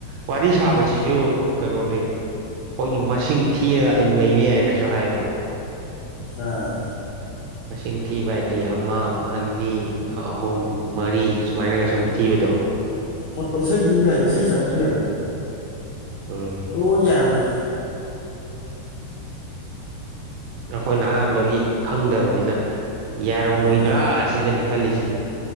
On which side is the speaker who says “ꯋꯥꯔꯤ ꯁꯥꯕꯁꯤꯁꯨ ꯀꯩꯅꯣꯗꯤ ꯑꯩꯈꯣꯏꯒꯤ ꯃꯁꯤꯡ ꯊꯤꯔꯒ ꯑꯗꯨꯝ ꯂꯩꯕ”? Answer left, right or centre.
Right